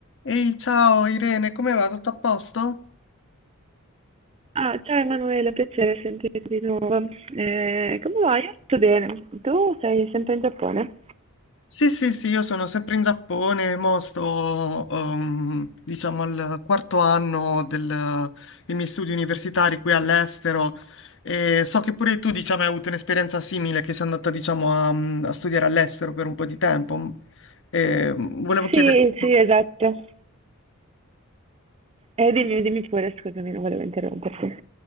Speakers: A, on the left; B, on the right.
A: Ehi, ciao Irene, come va? Tutto a posto?
B: Ah, ciao Emanuele, piacere sentirti di nuovo. Eh, come va? Io tutto bene. Tu sei sempre in Giappone?
A: Sì, sì, sì, io sono sempre in Giappone, mo sto, ehm, diciamo, al quarto anno del- dei miei studi universitari qui all'estero e so che pure tu, diciamo, hai avuto un'esperienza simile, che sei andata, diciamo, a, a studiare all'estero per un po' di tempo. E mm, volevo chiederti...
B: Sì, sì, esatto. Eh, dimmi, dimmi pure, scusami, non volevo interromperti.